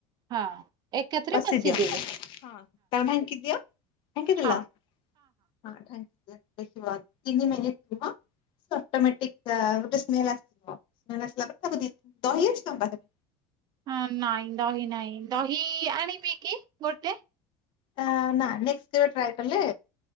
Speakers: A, on the right (about 35°); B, on the left (about 40°).
A: ହଁ। ଏକାଥରେ
B: କଷି
A: କଷିଯିବ।
B: ଦିଅ, ହଁ ତାକୁ ଢାଙ୍କି ଦିଅ। ଢାଙ୍କିଦେଲ?
A: ହଁ
B: ହଁ ଢାଙ୍କି <unintelligible> ଦେଖିବ ତିନି ମିନିଟ୍ ଯିବ ସେ ଅଟୋମେଟିକ୍ ଆ ଗୋଟେ ସ୍ମେଲ୍ ଆସିବ, ସ୍ମେଲ୍ ଆସିଲା ପରେ ତାକୁ ଦି, ଦହି ଅଛି ତମ ପାଖରେ?
A: ହଁ ନାହିଁ ଦହି ନାହିଁ, ଦହି ଆଣିବି କି ଗୋଟେ?
B: ତା ନାଁ ନେଷ୍ଟ୍ କେବେ ଟ୍ରାଏ କଲେ